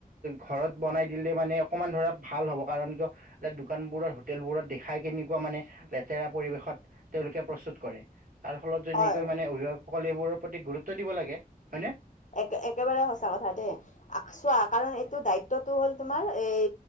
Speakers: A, on the right (about 65°); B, on the left (about 55°).
A: ঘৰত বনাই দিলে মানে অকমান ধৰা ভাল হ'ব কাৰণ কিয় দোকান বোৰত হোটেলবোৰত দেখাই কেনেকুৱা মানে লেতেৰা পৰিবেশত তেওঁলোকে প্ৰস্তুত কৰে তাৰ ফলত যদি
B: হয়
A: এনেকৈ মানে অভিভাৱসকলে এইবোৰৰ প্ৰতি গুৰুত্ব দিব লাগে হয় নে
B: এক একেবাৰে সঁচা কথা দেই চোৱা কাৰণ এইটো দায়িত্বটো হ'ল তোমাৰ এই